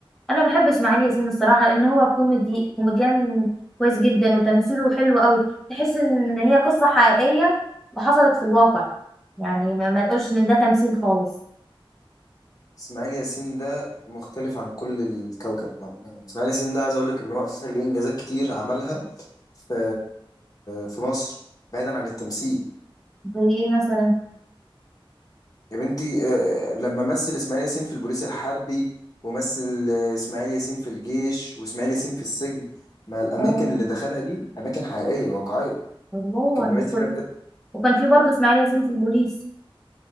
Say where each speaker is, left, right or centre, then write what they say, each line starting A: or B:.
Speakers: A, in the centre; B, on the left.
A: انا بحب اسماعيل ياسين الصراحه لان هو كوميدي كوميديان كويس جدا وتمثيله حلو قوي تحس ان هي قصه حقيقيه وحصلت في الواقع يعني ما, ما تقولش ان ده تمثيل خالص
B: اسماعيل ياسين ده مختلف عن كل الكوكب بقى. يعني اسماعيل ياسين ده عايز اقول لك ان هو اساسا ليه انجازات كتير عملها في في مصر بعيدا عن التمثيل
A: زي ايه مثلا
B: يا بنتي آه، لما مثل اسماعيل ياسين في البوليس الحربي ومثل آه، اسماعيل ياسين في الجيش واسماعيل ياسين في السجن ما الاماكن
A: اه
B: اللي دخلها دي اماكن حقيقيه واقعيه
A: والله ولا
B: كان بيمثل
A: فيلم
B: فيها بجد
A: وكان في برضه اسماعيل ياسين في البوليس